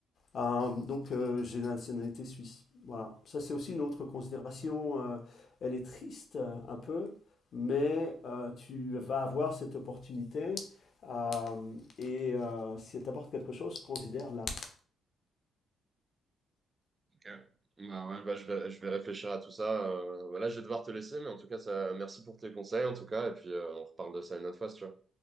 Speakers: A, on the left; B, on the right.
A: Euh, donc euh, j'ai la nationalité suisse. Voilà. Ça, c'est aussi une autre considération. euh, elle est triste euh, un peu, mais euh, tu vas avoir cette opportunité. euh, et euh, si elle t'apporte quelque chose, considère-la.
B: Ok. Bah ouais, bah je vais, je vais réfléchir à tout ça. Euh, voilà, je vais devoir te laisser, mais en tout cas, ça, merci pour tes conseils, en tout cas, et puis euh, on reparle de ça une autre fois, si tu vois.